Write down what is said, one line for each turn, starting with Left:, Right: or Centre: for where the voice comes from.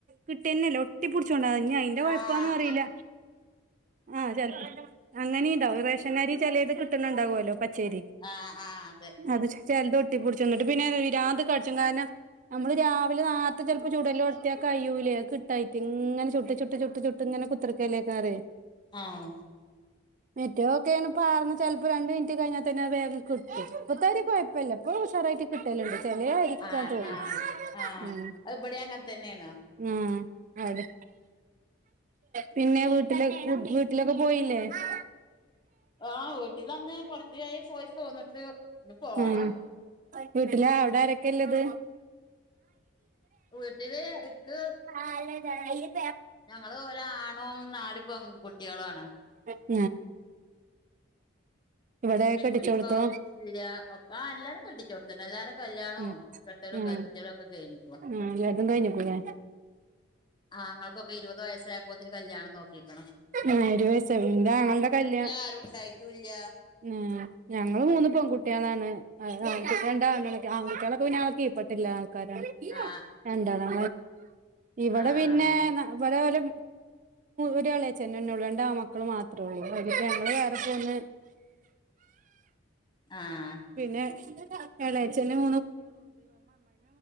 Right: കിട്ടിയന്നല്ലേ ഒട്ടിപ്പടിച്ചോണ്ട ന അന്റെ കൊഴപ്പന്നും
Left: ആഹ്
Right: അറിയില്ല ആഹ് ചെലപ്പോ അങ്ങനെയുണ്ടാാവും റേഷനരി ചിലത് കിട്ടണണ്ടാാവുമല്ലോ പച്ചേരി
Left: ആഹ് ആഹ് അതെ
Right: അത് ചിലത് തിപ്പുടിചുംന്ന്ട്ട് പിന്നെ വിരാന്ത് കടിച്ച്ങ്ങാന നമ്മള് രാവിലെ നാർത്തെ ചെലപ്പോ ചുടല്ലോട്ത്തിയാക്കയൂലേ കിട്ടായിട്ട് ഇങ്ങനെ ചുട്ട് ചുട്ട് ചുട്ട് ചുട്ട് ട്ട് ഇങ്ങ്നെ കുത്തിർക്കെല്ലെെക്കാരെ
Left: ആഹ്
Right: മറ്റെഒക്കേണ്പാർന്ന് ചെൽപ്പോ രണ്ട് മിൻറ്റ് കയിഞ്ഞാതന്നെ അത് വേഗ കിട്ടി ഇപ്പത്താരി കുഴപ്പമില്ല ഇപ്പ ഉഷാറായിട്ട് കിട്ടലണ്ട് ചെലായിരിക്കാ
Left: ആഹ്
Right: തോന്നും
Left: ആഹ് ആഹ്
Right: ഉം
Left: അത് ബടെ അങ്ങനെ തന്നെയാണോ
Right: ആഹ് അവിടെ പിന്നെ വീട്ട്ല് വീട്ട് വീട്ട്ലൊക്കെ പോയിലേ ആഹ്
Left: ആഹ് വീട്ടിൽന്ന് കൊറച്ചായി പോയി പോന്നിട്ട് ഇഞ്ഞി പോണം
Right: ഉം വീട്ടില് അവിടെ ആരൊക്കെള്ളത്
Left: വീട്ടില് ഇക്ക്
Right: ആഹ് അല്ലേ തറാവീഹ്
Left: ഞങ്ങള് ഒരാണും നാല് പെൺ കുട്ടികളുംണ്
Right: ആഹ് ഇവിടെ
Left: ഉമ്മേം
Right: കെട്ടിച്ചോടുത്തോ
Left: ഉപ്പേം ഒക്കെ ഇല്ല ആഹ് എലാരും കെട്ടിച്ചോട്ത്ത എല്ലാരെ കല്യാണവും
Right: ഉം
Left: കെട്ടലും
Right: ഉം
Left: കപ്പിച്ചലും ഒക്കെ കഴിഞ്ഞിക്ക്ണ്
Right: ഉം എല്ലാതും കഴിഞ്ഞിക്കൂലേ
Left: ആഹ് ഇങ്ങക്കൊക്കെ ഇരുവത് വയസ്സായപ്പോത്തിന് കല്യാണം നോ ക്കീക്ക്ണ്
Right: നേരുവയസായി ഇന്റാങ്ങളെന്റെ കല്യാ
Left: ആരും ഉണ്ടായിട്ടുംല്ല
Right: ഉം ഞങ്ങള് മൂന്ന് പെൺകുട്ടികളാണ് അയ്ന് ആൺ കുട്ട്യാളൊക്കെ പിന്നെ കീപ്പെട്ടില്ലത്
Left: ആഹ്
Right: രണ്ടാള് ഇവിടെ
Left: ആഹ്
Right: പിന്നെ
Left: അതന്നെ
Right: ഓല് ഒരു എളെചെന്നന്നെള്ളൂ രണ്ട് ആൺ മക്കള് മാത്രേ ഉള്ളൂനിപ്പ ഞങ്ങള് വേറെപ്പോന്ന്
Left: ആഹ്
Right: പിന്നെ <unintelligible> അവിടെന്നെ